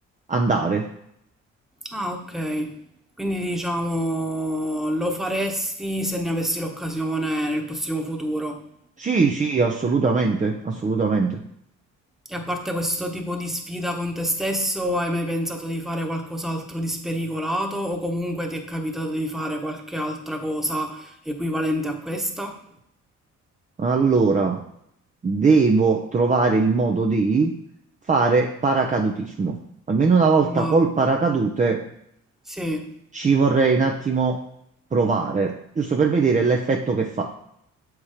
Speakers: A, on the right; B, in the centre.
A: andare.
B: Ah, ok. Quindi diciamo lo faresti se ne avessi l'occasione nel prossimo futuro.
A: Sì, sì, assolutamente, assolutamente.
B: E a parte questo tipo di sfida con te stesso, hai mai pensato di fare qualcos'altro di spericolato o comunque ti è capitato di fare qualche altra cosa equivalente a questa?
A: Allora, devo trovare il modo di fare paracadutismo. Almeno una volta
B: Mm,
A: col paracadute
B: sì.
A: ci vorrei un attimo provare, giusto per vedere l'effetto che fa.